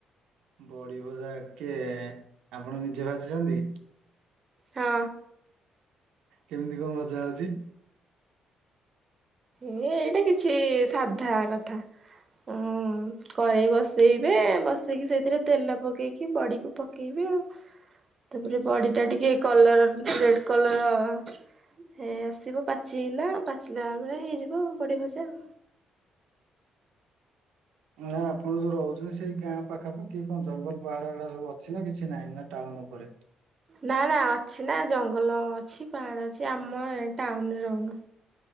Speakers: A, on the right (about 85°); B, on the right (about 35°).
A: ବଡ଼ି ଭଜା କିଏ ଏଁ ଏଁ ଆପଣ ନିଜେ ଭାଜିଚନ୍ତି?
B: ହଁ।
A: କେମିତି କଣ ଭଜା ହଉଚି?
B: ଇଏ ଏଇଟା କିଛି ଇ ଇ ସାଧା କଥା। ହୁଁ କରେଇ ବସେଇବେ ବସେଇକି ସେଇଥିରେ ତେଲ ପକେଇକି ବଡ଼ିକୁ ପକେଇବେ ଆଉ। ତାପରେ ବଡ଼ି ଟା ଟିକେ କଲର ରେଡ଼ କଲର ହେ ଆସିବ ପାଚିଲା ପାଚିଲା ବେଳେ ହେଇଯିବ ବଡ଼ି ଭଜା ଆଉ।
A: ନା ଆପଣ ଯୋଉ ରହୁଚନ୍ତି ସେଇ ଗାଁ ପାଖାପାଖି କଣ ଜଙ୍ଗଲ ପାହାଡ଼ ଏଗୁଡ଼ା ସବୁ ଅଛି ନା କିଛି ନାଇଁ ନା ଟାଉନ ଉପରେ?
B: ନା ନା ଅଛି ନା ଜଙ୍ଗଲ ଅଛି ପାହାଡ଼ ଅଛି ଆମ ଏ ଟାଉନରେ ରହୁନୁ।